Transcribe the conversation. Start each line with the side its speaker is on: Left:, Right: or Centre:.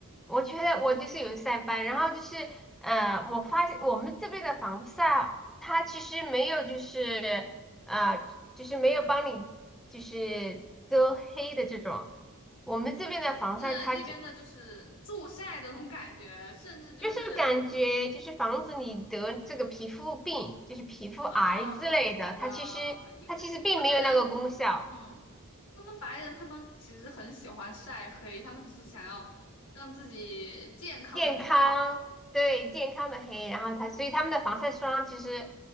Centre: 我觉得我就是有晒斑，然后就是，呃，我发现我们这边的防晒，它其实没有就是，呃，就是没有帮你就是遮黑的这种，我们这边的防晒它就
Left: 是不是那边的就是助晒的那种感觉，甚至就是
Centre: 就是感觉就是防止你得这个皮肤病，就是皮肤癌之类的，
Left: 啊，我懂的，
Centre: 它其实它其实并没有那个功效。
Left: 因为他们人嗯，他们白人他们其实很喜欢晒黑，他们只是想要让自己健康的黑掉。
Centre: 健康，对，健康的黑，然后它，所以他们的防晒霜其实